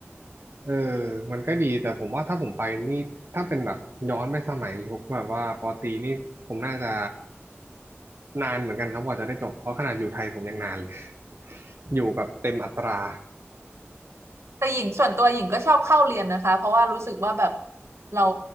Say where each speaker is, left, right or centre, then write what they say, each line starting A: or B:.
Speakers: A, on the right; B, on the right.
A: เออมันก็ดี แต่ผมว่าถ้าผมไปนี่ ถ้าเป็นแบบย้อนไปสมัยยุคแบบว่าปอตรีนี่ผมน่าจะนานเหมือนกันครับกว่าจะได้จบ เพราะขนาดอยู่ไทยผมยังนานเลย <laughs> อยู่แบบเต็มอัตรา
B: แต่หญิงส่วนตัวหญิงก็ชอบเข้าเรียนนะคะเพราะว่ารู้สึกว่าแบบเรา